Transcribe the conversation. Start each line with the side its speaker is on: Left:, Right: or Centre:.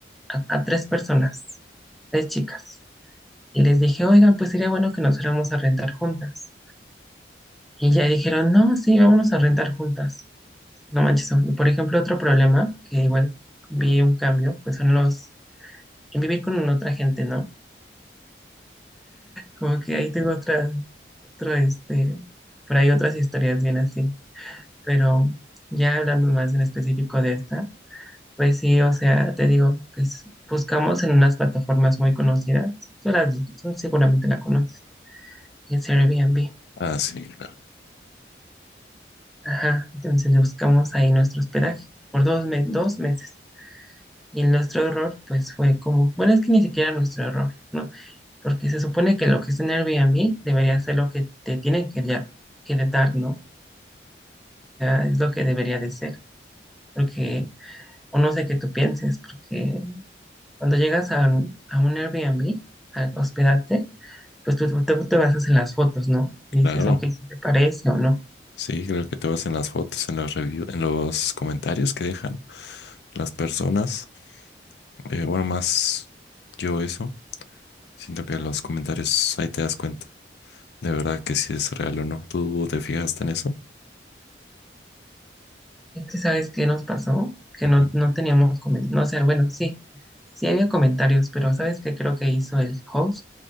Centre: a a tres personas, tres chicas Y les dije, oigan, pues sería bueno que nos fuéramos a rentar juntas. Y ya dijeron, no, sí, vámonos a rentar juntas. No manches, por ejemplo, otro problema que igual vi un cambio, pues son los, en vivir con otra gente, ¿no? Como que ahí tengo otra, otro, este, por ahí otras historias bien así. Pero ya hablando más en específico de esta, pues sí, o sea, te digo, pues buscamos en unas plataformas muy conocidas. Tú, las, tú seguramente la conoces, es Airbnb.
Left: Ah, sí, claro,
Centre: Ajá, entonces buscamos ahí nuestro hospedaje por dos, me- dos meses. Y nuestro error, pues fue como, bueno, es que ni siquiera nuestro error, ¿no? Porque se supone que lo que está en Airbnb debería ser lo que te tienen que, ya, que de dar, ¿no? O sea, es lo que debería de ser. Porque, o no sé qué tú pienses, porque cuando llegas a, un- a un Airbnb, a hospedarte, pues tú, tú- tú te basas en las fotos, ¿no? Y
Left: claro.
Centre: dices, ok, si te parece o no.
Left: Sí, creo que te vas en las fotos, en los reviews, en los comentarios que dejan las personas. Eh, bueno, más yo eso. Siento que los comentarios ahí te das cuenta de verdad que si es real o no. ¿Tú te fijaste en eso?
Centre: Es que sabes qué nos pasó, que
Left: Ujú,
Centre: no, no teníamos comentarios, no, o sea, bueno, sí, sí había comentarios, pero sabes qué creo que hizo el host,